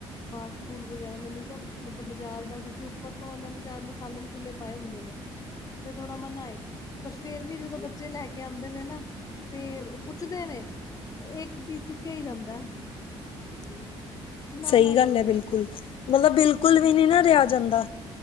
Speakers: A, on the left; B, on the left.
A: ਫਾਸਟ ਫੂਡ ਵਗੈਰਾ ਮੈਨੂੰ ਸਭ ਮਤਲਬ ਬਾਜ਼ਾਰ ਦਾ ਕਉਕਿ ਉੱਪਰ ਤੋਂ ਏਨਾਂ ਨੇ ਚਾਟ ਮਸਾਲੇ ਮਸੂਲੇ ਪਾਏ ਹੁੰਦੇ ਨੇ। ਤੇ ਥੋੜਾ ਮਨਾ ਏ, ਪਰ ਫੇਰ ਵੀ ਜਦੋਂ ਬੱਚੇ ਲੈ ਕੇ ਆਂਦੇ ਨੇ ਨਾ। ਤੇ ਪੁੱਛਦੇ ਨੇ, ਏਕ ਪੀਸ ਚੁੱਕਆ ਈ ਜਾਂਦਾ। <unintelligible>
B: ਸਈ ਗੱਲ
A: ਕਰਦੇ
B: ਐ ਬਿਲਕੁਲ, ਮਤਲਬ ਬਿਲਕੁਲ
A: ਹਾਂ
B: ਵੀ ਨੀ ਨਾ ਰੇਆ ਜਾਂਦਾ।